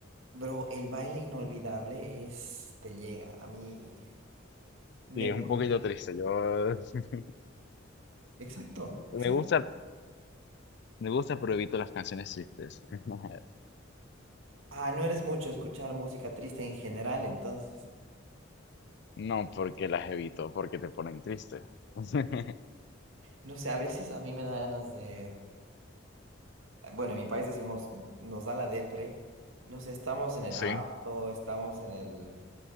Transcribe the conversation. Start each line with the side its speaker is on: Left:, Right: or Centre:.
Right: bro, el baile inolvidable es, te llega. A mí me
Left: Sí, es
Right: pone...
Left: un poquito triste. Yo <laughs>
Right: Exacto, exacto.
Left: me gusta, me gusta, pero evito las canciones tristes. <laughs>
Right: Ah, no eres mucho de escuchar música triste en general, entonces.
Left: No porque las evito, porque te ponen triste. <laughs>
Right: No sé, a veces a mí me da ganas de Bueno, en mi país decimos, mm, nos da la depre. No sé, estamos en el auto,
Left: Sí,
Right: estamos en el